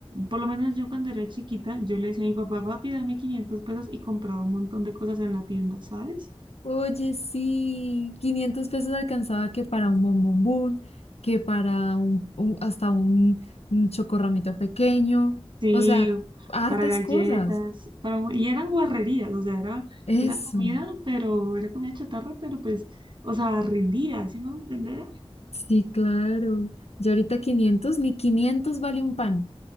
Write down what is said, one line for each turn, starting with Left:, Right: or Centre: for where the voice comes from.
Right: Por lo menos yo cuando era chiquita, yo le decía a mi papá, papi, dame 500 pesos y compraba un montón de cosas en la tienda, ¿sabes?
Left: Oye, sí, 500 pesos alcanzaba que para un bombombón, que para un, un- hasta un, un chocorramito pequeño,
Right: Sí,
Left: o sea, hartas
Right: para galletas,
Left: cosas.
Right: para, y eran guarrerías, o sea, era,
Left: Eso,
Right: era comida, pero era comida chatarra, pero pues, o sea, rendía, ¿sí me va a entender?
Left: sí, claro. Ya ahorita quinientos ni quinientos vale un pan.